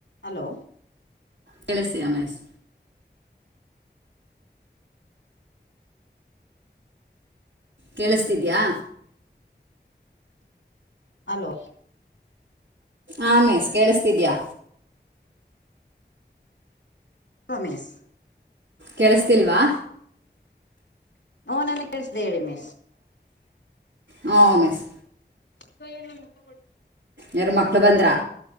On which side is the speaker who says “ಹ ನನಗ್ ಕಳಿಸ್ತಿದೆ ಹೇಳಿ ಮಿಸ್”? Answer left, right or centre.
Left